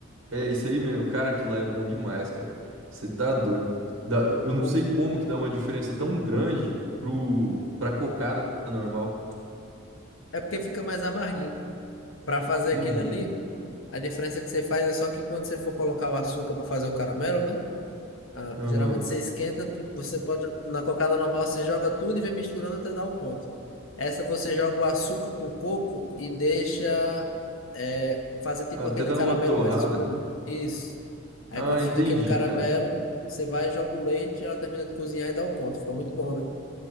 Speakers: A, on the right; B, on the left.
A: É isso aí mesmo, cara, aquilo lá é bom demais, cara. Você tá doido. Dá- eu não
B: O-
A: sei como que dá uma diferença tão grande pro, pra cocada normal.
B: É porque fica mais amarguinho. Pra fazer
A: Uhum,
B: aquilo ali, a diferença que você faz é só que quando você for colocar o açúcar pra fazer o caramelo, né? Ah,
A: aham.
B: geralmente você esquenta, você pode, na cocada normal você joga tudo e vem misturando até dar o ponto. Essa você joga o açúcar com coco e deixa é, fazer tipo
A: Até
B: aquele
A: dá
B: caramelo
A: uma torrada.
B: mais escuro. Isso. Aí
A: Ah,
B: quando
A: entendi,
B: fica aquele caramelo,
A: cara.
B: você vai, joga o leite, ela termina de cozinhar e dá o ponto. Fica muito bom, né?